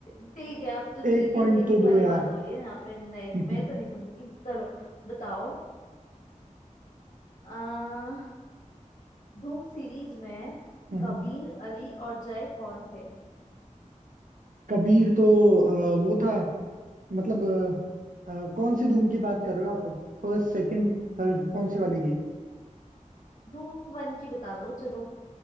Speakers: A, on the left (about 70°); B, on the right (about 75°).
A: ठीक है अब तो चीटिंग
B: एक पॉइंट
A: वीटिंग
B: तो
A: वाली
B: दो यार
A: बात हो रही है यहाँ पे नहीं
B: <laughs> हम्म,
A: मैं तो नहीं दूंगी चलो बताओ आ, धूम सीरीज में
B: हम्म।
A: कबीर अली और जय कौन थे
B: कबीर तो अ, वो था मतलब अ, अ, कौन सी धूम की बात कर रहे हो आप फर्स्ट सेकंड थर्ड कौन सी वाली की
A: धूम वन की बता दो चलो